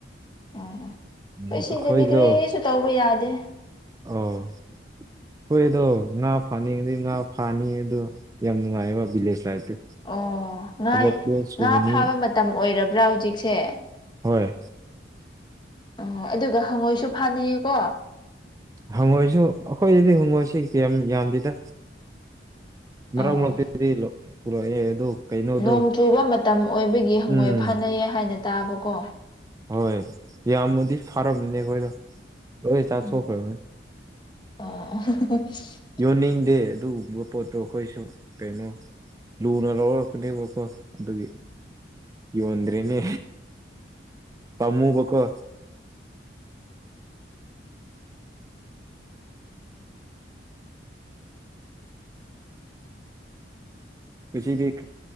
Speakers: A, on the left (about 25°); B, on the right (about 20°).
A: ꯑꯡꯈꯣꯏ
B: ꯑꯩꯈꯣꯏꯗꯣ
A: ꯁꯤꯗꯗꯤ ꯀ꯭ꯔꯤꯁꯨ ꯇꯧꯕ ꯌꯥꯗꯦ
B: ꯑꯣ ꯍꯣꯏ ꯑꯗꯣ ꯉꯥ ꯐꯥꯅꯤꯡꯉꯗꯤ ꯉꯥ ꯐꯥꯅꯤ ꯑꯗꯣ ꯌꯥꯝ ꯅꯨꯡꯉꯥꯏꯑꯕ ꯚꯤꯂꯦꯖ ꯂꯥꯏꯐꯇꯤ
A: ꯑꯣ ꯉꯥꯏ
B: ꯊꯕꯛꯇꯣ ꯁꯨꯒꯅꯤ
A: ꯉꯥ ꯐꯥꯕ ꯃꯇꯝ ꯑꯣꯏꯔꯕ꯭ꯔꯥ ꯍꯧꯖꯤꯛꯁꯦ
B: ꯍꯣꯏ
A: ꯑꯣ ꯑꯗꯨꯒ ꯍꯪꯉꯣꯏꯁꯨ ꯐꯥꯅꯩꯌꯦꯀꯣ
B: ꯍꯪꯉꯣꯏꯁꯨ ꯑꯩꯡꯈꯣꯏꯗꯗꯤ ꯍꯪꯉꯣꯏꯁꯦ ꯀꯌꯥꯝ ꯌꯥꯝꯗꯦꯗ ꯃꯔꯛ
A: ꯑꯣ
B: ꯃꯔꯛꯇꯗꯤ ꯂꯧ ꯄꯨꯔꯛꯑꯦ ꯑꯗꯨ ꯀꯩꯅꯣꯗꯣ
A: ꯅꯣꯡ ꯆꯨꯕ ꯃꯇꯝ ꯑꯣꯏꯕꯒꯤ ꯍꯪꯉꯣꯏ
B: ꯎꯝ
A: ꯐꯅꯩꯌꯦ ꯍꯥꯏꯅ ꯇꯥꯕꯀꯣ
B: ꯍꯣꯏ ꯌꯥꯝꯃꯗꯤ ꯐꯔꯝꯅꯤꯕ ꯑꯈꯣꯏꯗ ꯂꯣꯏ ꯆꯥꯊꯣꯛꯈ꯭ꯔꯥꯕꯅꯦ
A: ꯎꯝ ꯑꯣ <unintelligible>
B: ꯌꯣꯟꯅꯤꯡꯗꯦ ꯑꯗꯨꯒꯨꯝꯕ ꯄꯣꯠꯇꯣ ꯑꯈꯣꯏꯁꯨ ꯀꯩꯅꯣ ꯂꯨꯅꯥ ꯂꯧꯔꯛꯄꯥꯅꯦꯕꯀꯣ ꯑꯗꯨꯒꯤ ꯌꯣꯟꯗ꯭ꯔꯦꯅꯦ ꯄꯥꯝꯃꯨꯕꯥꯀꯣ ꯍꯨꯖꯤꯛꯗꯤꯛ